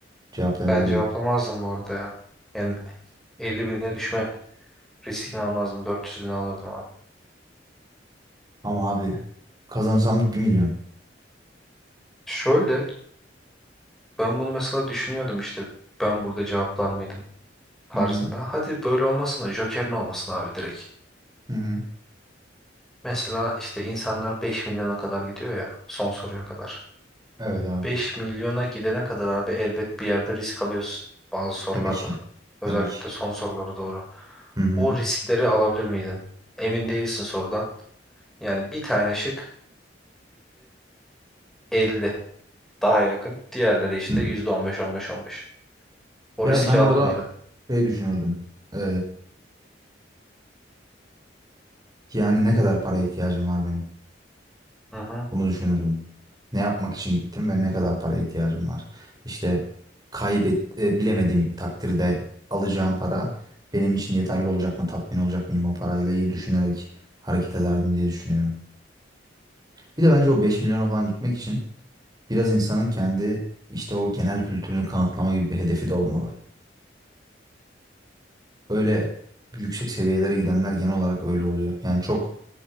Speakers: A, on the right; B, in the centre.
A: Cevaplayabilirdim.
B: Ben cevaplamazdım bu arada ya. Yani 50 bine düşme riskini almazdım. 400 bine alırdım abi.
A: Ama abi kazanırsam bir milyon.
B: Şöyle ben bunu mesela düşünüyordum işte. Ben burada cevaplar mıydım tarzında.
A: Hı hı.
B: Hadi böyle olmasın da Joker'in olmasın abi direkt.
A: Hı hı.
B: Mesela işte insanlar 5 milyona kadar gidiyor ya son soruya kadar.
A: Evet abi.
B: 5 milyona gidene kadar abi elbet bir yerde risk alıyorsun bazı sorularda.
A: Tabii ki.
B: Özellikle
A: Tabii ki.
B: son sorulara doğru.
A: Hı hı.
B: O riskleri alabilir miydin? Emin değilsin sorudan. Yani bir tane şık %50 daha yakın. Diğerleri işte
A: Hı hı.
B: %15, 15, 15. O
A: Ya
B: riski
A: ben orada
B: alır mıydın?
A: şey düşünürdüm. Ee, yani ne kadar paraya ihtiyacım var benim?
B: Hı hı,
A: Bunu düşünürdüm. Ne yapmak için gittim ve ne kadar para ihtiyacım var? İşte kaybet e, bilemediğim takdirde alacağım para benim için yeterli olacak mı, tatmin olacak mıyım o parayla iyi düşünerek hareket ederdim diye düşünüyorum. Bir de bence o 5 milyona falan gitmek için biraz insanın kendi işte o genel kültürünü kanıtlama gibi bir hedefi de olmalı. Öyle yüksek seviyelere gidenler genel olarak öyle oluyor. Yani çok